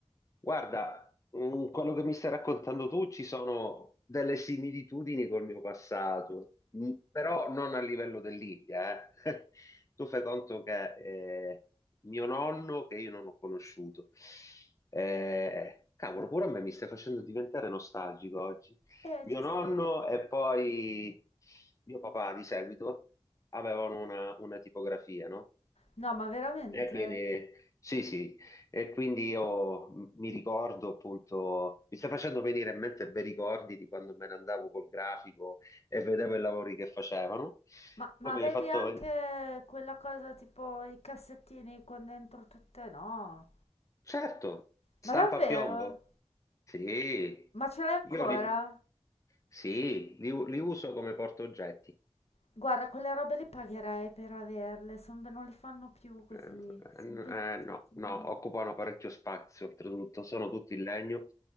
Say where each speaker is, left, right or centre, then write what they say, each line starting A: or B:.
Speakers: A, on the left; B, on the left.
A: Guarda, mh, quello che mi stai raccontando tu ci sono delle similitudini col mio passato, mh, però non a livello dell'India, eh. <laughs> Tu fai conto che eh, mio nonno, che io non ho conosciuto, eh, cavolo, pure a me mi stai facendo diventare nostalgico oggi.
B: Eh,
A: Mio
B: ci
A: nonno
B: sta.
A: e poi mio papà di seguito avevano una, una tipografia, no?
B: No, ma veramente?
A: E quindi, sì, sì, e quindi io m- mi ricordo appunto, mi sta facendo venire in mente bei ricordi di quando me ne andavo col grafico e vedevo i lavori che facevano.
B: Ma, ma
A: Come
B: avevi
A: hai fatto?
B: anche quella cosa tipo i cassettini con dentro tutte? No.
A: Certo, stampa
B: Ma davvero?
A: a piombo. Sì,
B: Ma ce l'hai ancora?
A: io li, sì, li u- li uso come portaoggetti.
B: Guarda, quelle robe le pagherei per averle, son be- non le fanno più così.
A: Ehm,
B: Son
A: Eh, n-
B: bellissime.
A: eh, no, no, occupano parecchio spazio, oltretutto, sono tutti in legno.